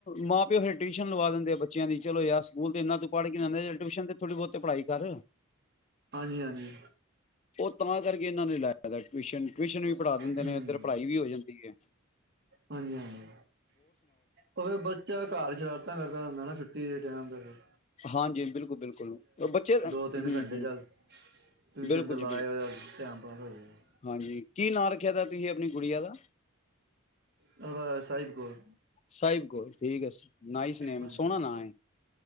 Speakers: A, on the left; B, on the right.
A: ਮਾਂ ਪਿਓ ਫਿਰ ਟਿਊਸ਼ਨ ਲਵਾ ਦਿੰਦੇ ਆ ਬੱਚਿਆਂ ਦੀ ਚਲੋ ਯਾਰ ਸਕੂਲ ਤੇ ਇਨਾ ਤੂੰ ਪੜ੍ਹ ਕੇ ਲਦੇ ਟਿਊਸ਼ਨ ਤੇ ਥੋੜ੍ਹੀ ਬਹੁਤੇ ਪੜ੍ਹਾਈ ਕਰ
B: ਹਾਂਜੀ ਹਾਂਜੀ
A: ਉਤ ਤਾ ਕਰਕੇ ਇਹਨਾਂ ਨੇ ਲਾਇਆ ਟਵਿਸ਼ਨ ਦਿੰਦੇ
B: ਹਮ
A: ਨੇ ਤੇ ਪੜਾਈ ਵੀ ਹੋ ਜਾਦੀ ਏ
B: ਹਾਂਜੀ ਹਾਂਜੀ ਓ ਫੇਰ ਬੱਚਾ ਘਰ ਸ਼ਰਾਰਤਾਂ ਕਰਦਾ ਹ ਨਾ ਛੁੱਟੀ ਦੇ ਟਾਈਮ ਤੇ ਫੇਰ
A: ਹਾਂਜੀ ਬਿਲਕੁਲ ਬਿਲਕੁਲ ਬੱਚੇ ਹਮ
B: ਦੋ ਤਿੰਨ
A: ਹਮ
B: ਘੰਟੇ ਚੱਲ ਟਿਊਸ਼ਨ
A: ਬਿਲਕੁਲ
B: ਤੇ ਲਾਇਓ
A: ਜੀ ਬਿਲਕੁਲ
B: ਚੱਲ ਟਾਈਮ ਪਾਸ ਹੋ ਜਾਏਗਾ
A: ਹਾਂਜੀ ਕੀ ਨਾਂ ਰੱਖਿਆ ਤੁਹੀਂ ਆਪਣੀ ਗੁਡੀਆਂ ਦਾ
B: ਉਹਦਾ ਸਾਹਿਬ ਕੌਰ
A: ਸਾਹਿਬ ਕੌਰ ਠੀਕ ਹੈ ਨਾਈਸਨੇਮ
B: ਹਾਂਜੀ
A: ਸੋਹਣਾ ਨਾਂ ਹੈ